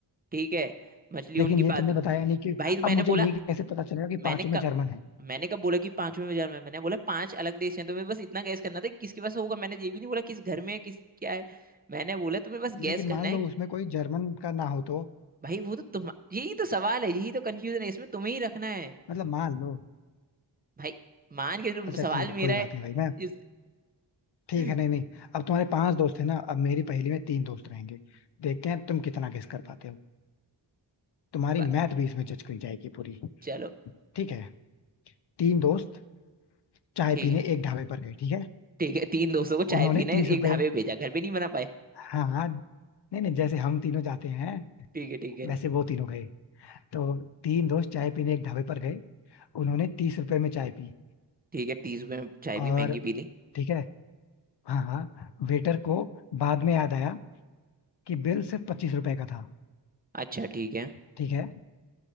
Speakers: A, on the right (about 20°); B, on the left (about 65°).
A: ठीक है मछली
B: लेकिन
A: उनकी
B: ये
A: पालतू
B: तुमने बताया नहीं कि
A: भाई तो
B: अब
A: मैंने
B: मुझे
A: बोला
B: ये कैसे पता चलेगा कि
A: मैंने
B: पांचों में
A: कब
B: जर्मन है
A: मैंने कब बोला कि पांचवें बाजार में मैंने बोला पांच अलग देश हैं तुम्हें बस इतना गैस करना था कि किसके पास होगा मैंने ये भी नहीं बोला किस घर में है किस क्या है मैंने बोला तुम्हें बस गैस
B: लेकिन
A: करना
B: मान
A: है
B: लो उसमें कोई जर्मन का ना हो तो
A: भाई वो तो तुम यही तो सवाल है यही तो कंफ्यूजन है इसमें तुम्हें ही रखना है
B: मतलब मान लो
A: भाई मान के चलो
B: अच्छा
A: सवाल
B: ठीक है
A: मेरा
B: कोई बात
A: है
B: नहीं भाई मैं
A: इस
B: ठीक
A: <laughs>
B: है नहीं नहीं अब तुम्हारे पांच दोस्त हैं ना अब मेरी पहेली में तीन दोस्त रहेंगे देखते हैं तुम कितना गेस कर पाते हो तुम्हारी
A: बा-
B: मैथ भी इसमें जज करी जाएगी पूरी
A: चलो
B: ठीक है तीन दोस्त चाय
A: ठीक
B: पीने
A: है
B: एक ढाबे पर गए ठीक है
A: ठीक है तीन दोस्तों को चाय
B: उन्होंने
A: पीने
B: तीस रुपए
A: एक ढाबे पे भेजा घर पे नहीं बना पाए
B: हाँ हाँ नहीं नहीं जैसे हम तीनों जाते हैं
A: ठीक है ठीक है
B: वैसे वो तीनों गए तो तीन दोस्त चाय पीने एक ढाबे पर गए उन्होंने तीस रुपए में चाय पी
A: ठीक है तीस रुपये में चाय भी
B: और
A: महंगी पी ली
B: ठीक है हाँ हाँ वेटर को बाद में याद आया कि बिल सिर्फ पच्चीस रुपए का था
A: अच्छा ठीक है
B: ठीक है